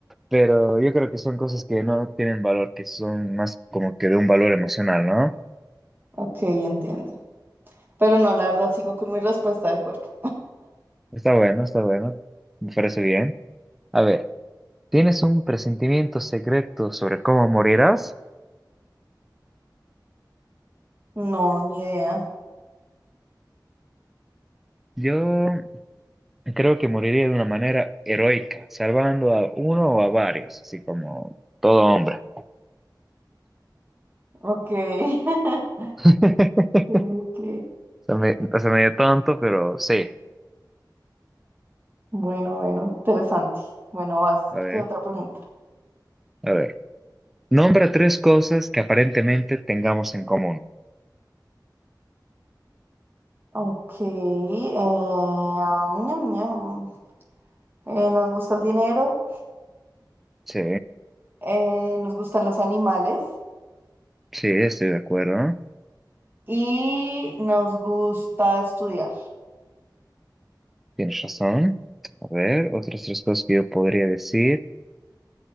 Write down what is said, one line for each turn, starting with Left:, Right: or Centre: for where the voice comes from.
Centre: Pero yo creo que son cosas que no tienen valor, que son más como que de un valor emocional, ¿no?
Right: Ok, entiendo. Pero no, la verdad, sigo con mi respuesta del cuerpo.
Centre: Está bueno, está bueno. Me parece bien. A ver, ¿tienes un presentimiento secreto sobre cómo morirás?
Right: No, ni idea.
Centre: Yo Creo que moriría de una manera heroica, salvando a uno o a varios, así como todo hombre.
Right: Ok. <laughs>
Centre: <laughs>
Right: Ok, ok.
Centre: Se me, se me dio tonto, pero sí.
Right: Bueno, bueno, interesante. Bueno, vas.
Centre: A ver,
Right: ¿Qué otra pregunta?
Centre: a ver. Nombra tres cosas que aparentemente tengamos en común.
Right: Ok. eh, am, ñam, ñam. Eh, nos gusta el dinero,
Centre: Sí,
Right: eh, nos gustan los animales
Centre: sí, estoy de acuerdo.
Right: y nos gusta estudiar.
Centre: Tienes razón. A ver, otras tres cosas que yo podría decir.